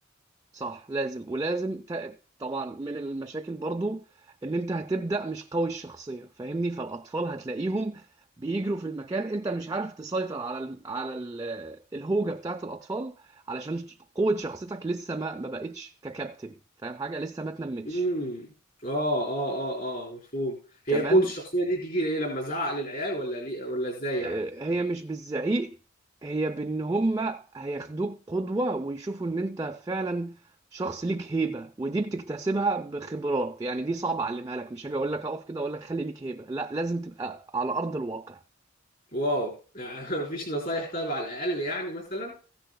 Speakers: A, on the right; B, on the left.
A: صح لازم ولازم ت- طبعا من المشاكل برضو ان انت هتبدا مش قوي الشخصيه فاهمني فالاطفال هتلاقيهم بيجروا في المكان انت مش عارف تسيطر على ال على ال الهوجه بتاعت الاطفال علشان قوه شخصيتك لسه ما ما بقتش ككابتن فاهم حاجه لسه ما اتنمتش
B: امم اه اه اه اه مفهوم هي
A: كمان
B: قوة الشخصية دي تيجي ايه لما ازعق للعيال ولا ليه ولا ازاي
A: آه،
B: يعني
A: هي مش بالزعيق هي بان هما هياخدوك قدوة ويشوفوا ان انت فعلا شخص ليك هيبة ودي بتكتسبها بخبرات يعني دي صعب اعلمها لك مش هاجي اقول لك اقف كده اقول لك خلي ليك هيبة لا لازم تبقى على ارض الواقع
B: واو يعني <laughs> مفيش نصايح طيب على الاقل يعني مثلا